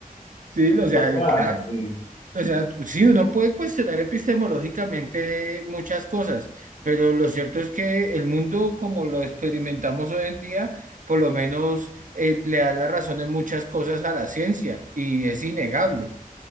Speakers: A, on the right; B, on the left.
A: Sí, o sea,
B: O sea,
A: claro,
B: sí.
A: o sea, sí, uno puede cuestionar epistemológicamente muchas cosas, pero lo cierto es que el mundo como lo experimentamos hoy en día, por lo menos eh, le da la razón en muchas cosas a la ciencia y es innegable.